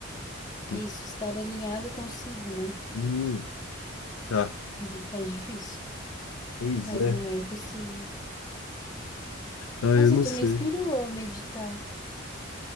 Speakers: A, on the left; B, on the left.
A: Tu...
B: isso, estar alinhado consigo, né?
A: Hum, tá.
B: Di- É difícil,
A: Pois
B: mas
A: é.
B: não é impossível.
A: Ah,
B: Nossa,
A: eu não
B: tu
A: sei.
B: me inspirou a meditar.